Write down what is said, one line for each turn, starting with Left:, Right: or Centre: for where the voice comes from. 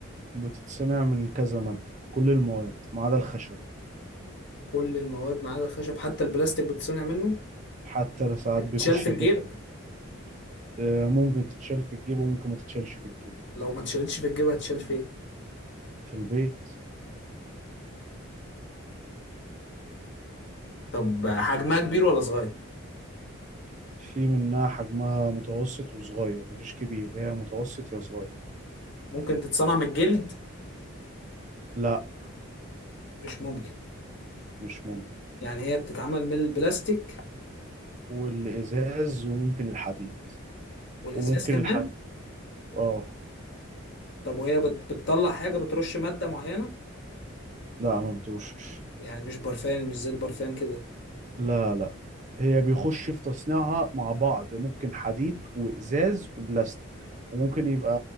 Right: بتتصنع من كذا مادة كل المواد ما عدا الخشب
Left: كل المواد ما عدا الخشب حتى البلاستيك بتصنع منه
Right: حتى ساعات
Left: بتتشال
Right: بيخش
Left: في
Right: الباب
Left: الجيب
Right: آه، ممكن تتشال في الجيب وممكن ما تتشالش في الجيب
Left: لو ما اتشالتش في الجيب هتشال فين
Right: في البيت
Left: طب حجمها كبير ولا صغير
Right: في منها حجمها متوسط وصغير مفيش كبير هي متوسط يا صغير
Left: ممكن تتصنع من الجلد
Right: لا
Left: مش ممكن
Right: مش ممكن
Left: يعني هي بتتعمل من البلاستيك
Right: والإزاز وممكن الحديد
Left: والازاز
Right: وممكن
Left: كمان
Right: الحديد اه
Left: طب وهي بت... بتطلع حاجه بترش ماده معينه
Right: لا ما بتوشش
Left: يعني مش برفان مش زي البرفان كده
Right: لا لا هي بيخش في تصنيعها مع بعض ممكن حديد وإزاز وبلاستيك وممكن يبقى